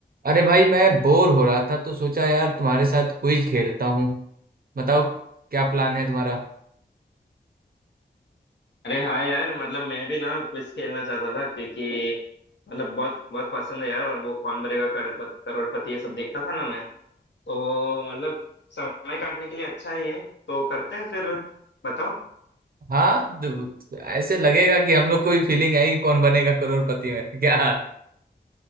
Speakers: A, on the right (about 55°); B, on the left (about 85°).
A: अरे भाई मैं बोर हो रहा था तो सोचा यार तुम्हारे साथ क्विज खेलता हूँ बताओ क्या प्लान है तुम्हारा
B: अरे हाँ यार मतलब मैं भी ना क्विज खेलना चाहता था क्योंकि मतलब बहुत बहुत पसंद है यार और वो कौन बनेगा करोड़पति करोड़पति ये सब देखता था ना मैं तो मतलब समय काटने के लिए अच्छा है ये तो करते हैं फिर बताओ
A: हाँ तो ऐसे लगेगा कि हम लोग को भी फीलिंग आएगी कौन बनेगा करोड़पति में <laughs> क्या